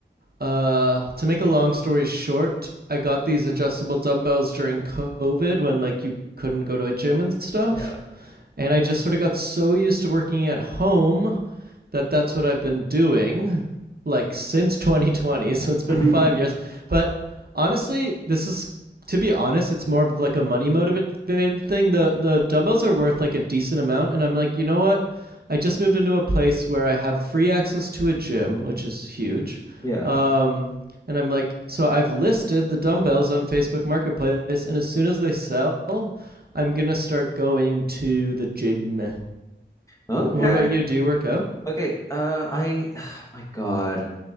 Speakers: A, on the right (about 55°); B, on the left (about 15°).
A: uh, to make a long story short, I got these adjustable dumbbells during COVID when like you couldn't go to a gym and stuff,
B: Yeah.
A: and I just sort of got so used to working at home that that's what I've been doing like since <laughs> 2020. So it's been
B: <laughs>
A: five years. But honestly, this is to be honest, it's more of like a money motivated thing. The the dumbbells are worth like a decent amount, and I'm like, you know what? I just moved into a place where I have free access to a gym, which is huge.
B: Yeah.
A: Um, and I'm like, so I've listed the dumbbells on Facebook Marketplace, and as soon as they sell, I'm gonna start going to the gym. And
B: Okay.
A: what about you? Do you work out?
B: Okay, uh, I, <sighs> my God,